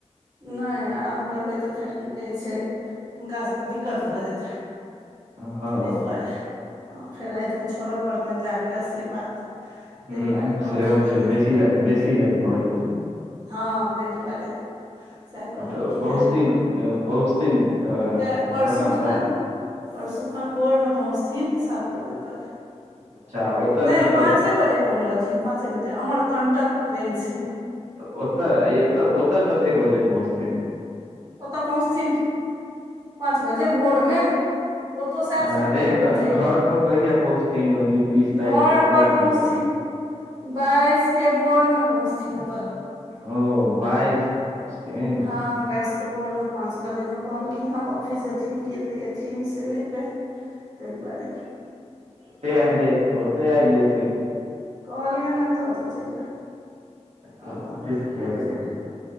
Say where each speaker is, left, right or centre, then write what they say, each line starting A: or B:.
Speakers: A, on the right (about 30°); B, on the right (about 75°).
A: नहि आराम करबै तऽ फेर की कहै छै हुनका सबके दिक्कत भऽ जेतैन
B: ह
A: ताहि दुआरे ह फेर रातिमे छोड़य पड़तनि जा कऽ से बात ताहि
B: ह
A: दुआरे कहलखिन
B: सेहो
A: हेँ
B: छै
A: जे
B: बेसी
A: दिक्कत
B: राइत बेसी राइत भऽ जेतै
A: हँ तहि दुआरे सैह कहलखिन
B: तऽ पहुँचथिन
A: हन
B: पहुँचथिन
A: के परसू
B: कखन
A: खन
B: तक
A: परसु खन भोर भोर मे पहुचथिन सात बजे तक
B: अच्छा ओतऽ
A: नहि
B: कतऽ
A: पाँचे बजे कहने रहथिन पाँचे बजे अमर कंटक ट्रेन छै
B: तऽ ओतऽ एत ओतऽ कतेक बजे पहुँचथिन
A: ओतय पहुँचथिन पाँच बजे भोरमे ओतौ सैह
B: अरे
A: छैन टाइम
B: ब-
A: पहुँचैके
B: घर पर कहिया पहुँचथिन ओहि दिन बीस तारीख
A: घर
B: के पकड़थिन
A: पर पहुँचथिन
B: तऽ
A: बाइसके भोरमे पहुँचथिन एतऽ
B: ओ बाइसके पहुँचथिन
A: हँ बस त भोरमे पाँच बजेमे कहलखिन आब ऑफिस जेथिन कि एतेक अथिन से नहि कै तैहि दुआरे
B: त आब जाइ ओ त आब जाइ
A: कहलियै ने तऽ चलि हँ
B: तऽ ऑफिस किया जेथिन
A: जे